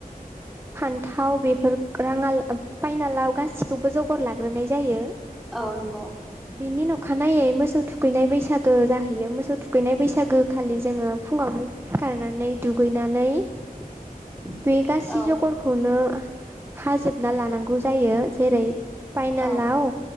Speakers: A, on the right; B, in the centre.
A: फान्थाव बेफोर रांङा ला फायनालाव गासिखौबो जगर लाग्रोनाय जायो।
B: औ नं
A: बिनि न' अखानायै मोसौ थु थुखैनाय बैसागो जाहैयो मोसौ थुखैनाय बैसागो खालि जोङो फुंङावहाय सिखारनानै दुगैना नानै
B: <inaudible>
A: बे गासै
B: औ
A: जगरखौनो हाजोब ना लानांगौ जायो जेरै फाइनालाव
B: औ